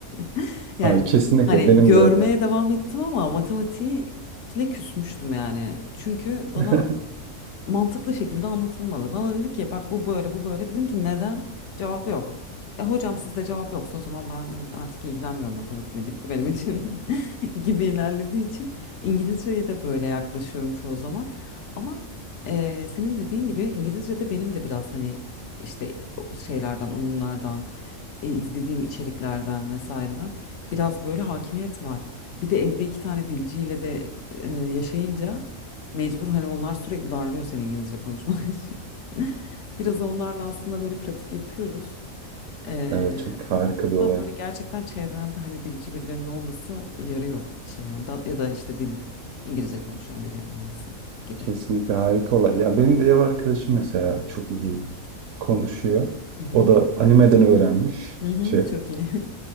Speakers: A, on the left; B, on the right.
A: <laughs> Yani
B: Ay, kesinlikle
A: hani
B: benim
A: görmeye
B: de öyle.
A: devam ettim ama matematiğe küsmüştüm yani. Çünkü bana
B: <laughs>
A: mantıklı şekilde anlatılmadı. Bana dedi ki bak bu böyle bu böyle. Dedim ki neden? Cevap yok. E hocam sizde cevap yoksa o zaman ben hani artık ilgilenmiyorum matematikle bitti benim için <laughs> gibi ilerlediği için İngilizceye de böyle yaklaşıyorum çoğu zaman. Ama e, senin dediğin gibi İngilizce'de benim de biraz hani işte o şeylerden oyunlardan e, izlediğim içeriklerden vesaireden biraz böyle hakimiyet var. Bir de evde iki tane dilciyle de e, yaşayınca Mecbur hani onlar sürekli darlıyor senin İngilizce konuşman için. <laughs> Biraz onlarla aslında böyle pratik yapıyoruz. Ee,
B: Evet, çok harika bir olay.
A: ben böyle gerçekten çevrende hani dilci birilerinin olması yarıyor şey yani da, ya da işte dil İngilizce konuşan biri olması gibi.
B: Kesinlikle harika olay. Ya benim de ev arkadaşım mesela çok iyi konuşuyor.
A: Hı hı.
B: O da animeden öğrenmiş.
A: Hı hı,
B: Şey
A: çok iyi. <laughs>